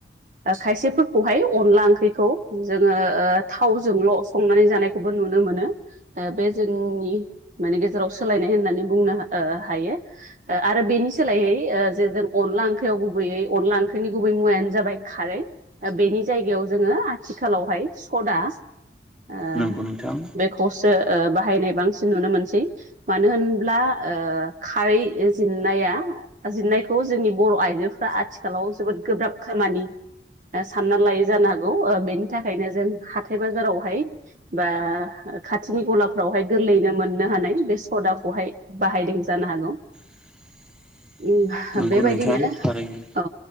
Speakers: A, on the right; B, in the centre.
A: खायसेफोरखौहाय अनला ओंख्रिखौ जोङो ओ थावजोंल' संनानै जानायखौबो नुनो मोनो ओ बे जोंनि माने गेजेराव सोलायनाय होननानै बुंनो ओ हायो। ओ आरो बेनि सोलायै ओ जे जों अनला ओंख्रियाव गुबैयै अनला ओंख्रिनि गुबै मुवायानो जाबाय खारै ओ बेनि जायगायाव जोङो आथिखालावहाय सदा ओ
B: नंगौ नोंथां
A: बेखौ खौसो ओ बाहायनाय बांसिन नुनो मोनसै। मानो होनब्ला ओ खारै जिननाया जिरनायखौ जोंनि बर' आइजोफ्रा आथिखालाव जोबोद गोब्राब खामानि ओ साननानै लायै जानो हागौ ओ बेनि थाखायनो जों हाथाय बाजारावहाय बा ओ खाथिनि गलाफ्रावहाय गोरलैयैनो मोननो हानाय बे सदाखौहाय बाहायदों जानो हागौ।
B: <inaudible>
A: उम
B: नंगौ
A: बेबायदिनो
B: नोंथां थारैनो
A: औ